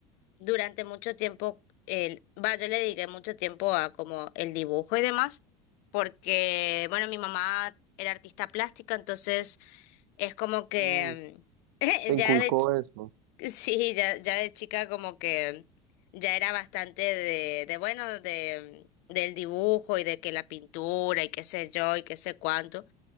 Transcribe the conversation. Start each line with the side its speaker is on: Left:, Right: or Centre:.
Left: durante mucho tiempo, el, va, yo le dediqué mucho tiempo a como el dibujo y demás, porque, bueno, mi mamá era artista plástica, entonces es como que
Right: Mm,
Left: mm,
Right: te
Left: <laughs> ya
Right: inculcó
Left: de, ch-
Right: eso.
Left: <laughs> sí, ya, ya de chica como que ya era bastante de, de bueno, de, del dibujo y de que la pintura y qué sé yo y qué sé cuánto.